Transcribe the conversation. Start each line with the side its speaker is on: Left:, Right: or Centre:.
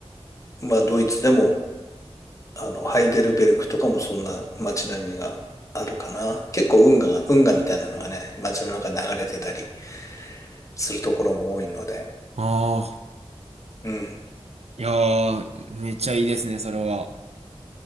Left: まあドイツでも、あの、ハイデルベルクとかもそんな街並みがあるかな。結構運河が、運河みたいなのがね、街の中に流れてたりするところも多いので、
Right: ああ、
Left: うん。
Right: いやー、めっちゃいいですね、それは。